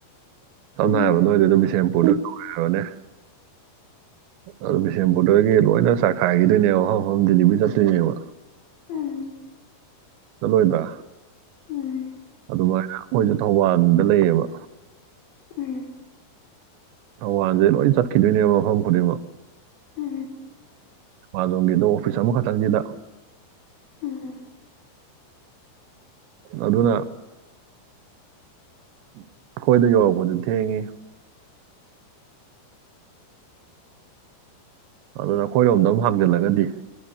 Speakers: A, on the right; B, on the left.
A: ꯁꯝꯅ
B: ꯎꯝ
A: ꯍꯥꯏꯔꯕꯗ ꯅꯣꯏꯗ ꯑꯗꯨꯝ ꯕꯤꯁꯦꯝꯄꯨꯔꯗ <unintelligible> ꯅꯦ ꯑꯗꯨ ꯕꯤꯁꯦꯝꯄꯨꯔꯗꯒꯤ ꯂꯣꯏꯅ ꯆꯥꯛꯈꯥꯏꯈꯤꯗꯣꯏꯅꯦꯕ ꯃꯐꯝ ꯃꯐꯝ ꯗꯤꯂꯤꯚꯔꯤ ꯆꯠꯇꯣꯏꯅꯦꯕ
B: ꯎꯝ
A: ꯂꯣꯏꯕ
B: ꯎꯝ
A: ꯑꯗꯨꯃꯥꯏꯅ ꯃꯣꯏꯁꯨ ꯊꯧꯕꯥꯟꯗ ꯂꯩꯌꯦꯕ
B: ꯎꯝ
A: ꯊꯧꯕꯥꯟꯁꯦ ꯂꯣꯏ ꯆꯠꯈꯤꯗꯣꯏꯅꯦꯕ ꯃꯐꯝ ꯈꯨꯗꯤꯡꯃꯛ
B: ꯎꯝ
A: ꯃꯥꯂꯣꯝꯒꯤꯗꯣ ꯑꯣꯐꯤꯁ ꯑꯃꯈꯛꯇꯪꯁꯤꯗ
B: ꯎꯝ
A: ꯑꯗꯨꯅ ꯑꯩꯈꯣꯏꯗ ꯌꯧꯔꯛꯄꯗꯨ ꯊꯦꯡꯉꯦ ꯑꯗꯨꯅ ꯑꯩꯈꯣꯏꯔꯣꯝꯗ ꯑꯃꯝ ꯍꯥꯡꯖꯜꯂꯒꯗꯤ